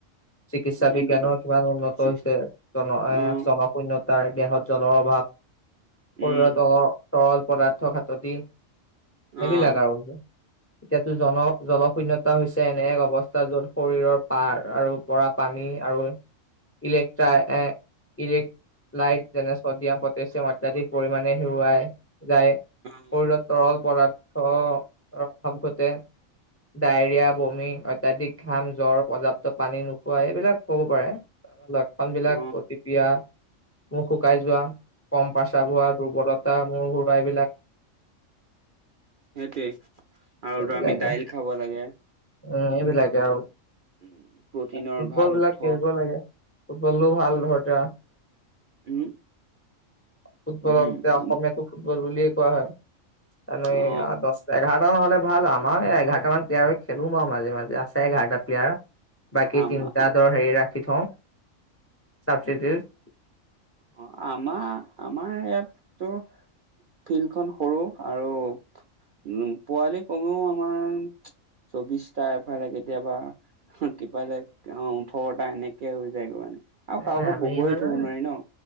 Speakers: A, on the left; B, on the right.
A: চিকিৎসা বিজ্ঞানৰ
B: এণ্টি
A: কিমান উন্নত
B: ছিক্স
A: হৈছে জন
B: অ',
A: জনশূন্যত তাৰ দেহত জলৰ অভাৱ শৰীৰৰ
B: উম,
A: তলৰ তৰল পদাৰ্থ খাততি
B: অ',
A: এইবিলাক আৰু। এতিয়াতো জন জল শূন্যতা হৈছে এনে এক অৱস্থা য'ত শৰীৰৰ পাৰ আৰু পৰা পানী আৰু ইলেক্ট্ৰাই এ ইলেক্ট লাইট যেনে ছডিয়াম, পটেছিয়াম অত্যাধিক পৰিমাণে হেৰুৱাই যায়
B: অ'।
A: শৰীৰত তৰল পদাৰ্থ অভাৱ ঘটে। ডায়েৰিয়া, বমি, অত্যাধিক ঘাম, জ্বৰ পৰ্যাপ্ত পানী নোখোৱা এইবিলাক ক'ব পাৰে। ত লত। খন বিলাক
B: অ
A: অতিপ্ৰিয় মুখ শুকাই যোৱা কম পাচব হোৱা দুৰ্বলত তা মোৰ ঘূৰাৱা এইবিলাক।
B: সেইটোৱেই আৰু
A: এইবিলাকে
B: আমি দাইল খাব লাগে।
A: উম এইবিলাকে আৰু
B: উম প্ৰটিনৰ
A: ফুটবল
B: ভাল
A: বিলাক
B: উৎস
A: খেলিব লাগে। ফুটবলো ভাল ধৰ এতিয়া
B: উম।
A: ফুটবলক
B: উম
A: এতিয়া অসমীয়ো ফুটবল বুলিয়ে কোৱা হয় আৰু
B: অ
A: এ দছ এঘাৰ। ত নহ'লে ভাল আৰু আমাৰ এঘাৰটা মান প্লেয়াৰ খেলো বাও মাজে মাজে আছে। এঘাৰটা প্লেয়াৰ বাকি
B: আমাৰ
A: তিনটা দৰ হেৰি ৰাখি থওঁ। চাবষ্টিটিউট
B: অ আমাৰ আমাৰ ইয়াত তো। ফিল্ডখন সৰু আৰু উম পোৱালি কমেও আমাৰ। চৌবিশটা এফালে কেতিয়াবা। হি তিফালে অ ওঠৰটা এনেকে হৈ যায়গে মানে। আৰু
A: নাই
B: কাকো
A: নাই আমি
B: বহুৱাই
A: মানে
B: থব নোৱাৰি ন।